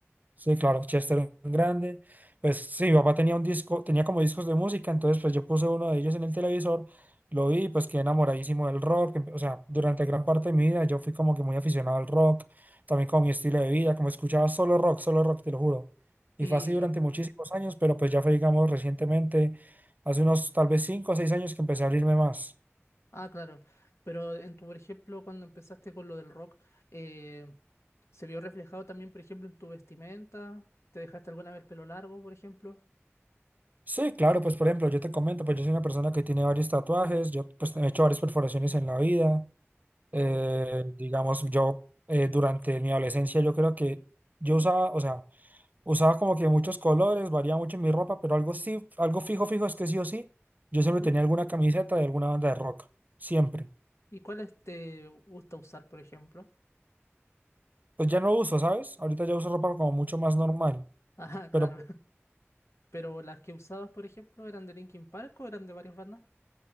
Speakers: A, on the right; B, on the left.
A: Sí, claro, Chester era un grande. Pues sí, mi papá tenía un disco, tenía como discos de música, entonces pues yo puse uno de ellos en el televisor, lo vi, y, pues quedé enamoradísimo del rock. empe- O sea, durante gran parte de mi vida yo fui como que muy aficionado al rock, también como mi estilo de vida, como escuchaba solo rock, solo rock, te lo juro. Y
B: Y,
A: fue así durante muchísimos años, pero pues ya fue, digamos, recientemente, hace unos tal vez cinco o seis años que empecé a abrirme más.
B: ah, claro. Pero en tu, por ejemplo, cuando empezaste con lo del rock, eh, ¿se vio reflejado también, por ejemplo, en tu vestimenta? ¿Te dejaste alguna vez el pelo largo, por ejemplo?
A: Sí, claro, pues por ejemplo, yo te comento, pues yo soy una persona que tiene varios tatuajes, yo pues he hecho varias perforaciones en la vida. Eh,
B: O,
A: digamos, yo eh, durante mi adolescencia yo creo que yo usaba, o sea, usaba como que muchos colores, variaba mucho mi ropa, pero algo sí, algo fijo, fijo es que sí o sí, yo siempre
B: ujú.
A: tenía alguna camiseta de alguna banda de rock, siempre.
B: ¿Y cuáles te gusta usar, por ejemplo?
A: Pues ya no uso, ¿sabes? Ahorita ya uso ropa como mucho más normal,
B: Ah, <laughs>
A: pero
B: claro. Pero las que usabas, por ejemplo, ¿eran de Linkin Park o eran de varias bandas?